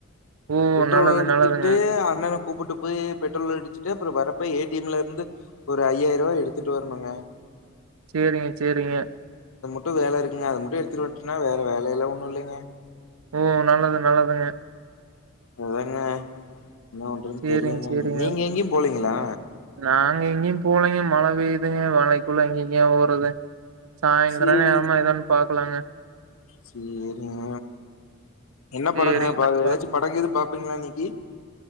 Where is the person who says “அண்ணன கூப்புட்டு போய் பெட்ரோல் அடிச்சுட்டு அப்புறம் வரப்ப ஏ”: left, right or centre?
Left